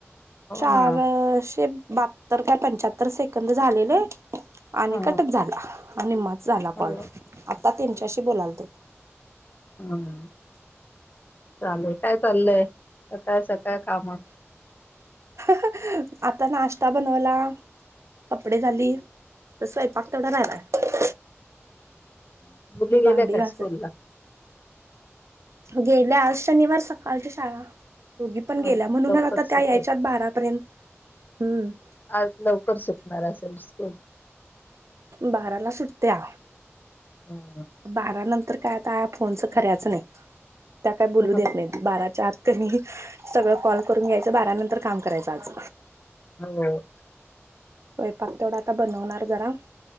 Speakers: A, on the left; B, on the right.
A: हो
B: चारशे
A: ना
B: बहात्तर का पंच्याहत्तर सेकंद झालेले. आणि
A: ह
B: कटक झाला आणि मच झाला
A: हो
B: कॉल त्यांच्याशी बोलालत
A: हम म् चाललय काय चाललय सकाळ सकाळ काम
B: ह ह आता नाश्ता बनवला कपडे झाली. स्वयपाक तेवढा राहिलाय.
A: अअ मुली
B: मी भांडी
A: गेल्या का
B: घासाय
A: स्कूलला
B: गेल्याई आज शनिवार सकाळची शाळा दोघी पण
A: ह
B: गेल्या म्हणून
A: लवकर
B: आता
A: सुटेल
B: त्या यायच्यात बारापर्यंत हम्म.
A: आज लवकर सुटणार र असेल स्कूल
B: बाराला सुट्या
A: ह
B: बारा नंतर तर काय आता फोनच खंरच नाही. त्या काय बोलू
A: हो
B: देत नाही बाराच्या आत त्यांनी सगळं कॉल करून घ्यायचं बारा नंतर काम करायचं आज
A: हो अ
B: स्वयंपाक तेवढा आता बनवणार जरा